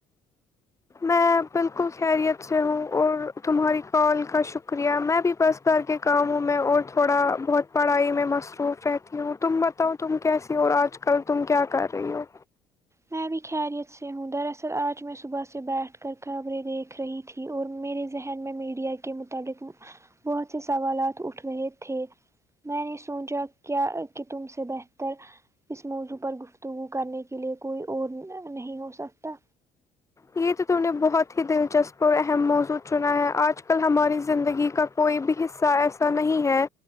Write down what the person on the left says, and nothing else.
میں بالکل خیریت سے ہوں اور تمہاری کال کا شکریہ میں بھی بس گھر کے کاموں میں اور تھوڑا بہت پڑھائی میں مصروف رہتی ہوں تم بت تاؤ تم کیسی ہو اور آج کل تم کیا کر رہی ہو
یہ تو تم نے بہت ہی دلچسپ اور اہم موضوع چنا ہے آج کل ہماری زندگی کا کوئی بھی حصہ ایسا نہیں ہے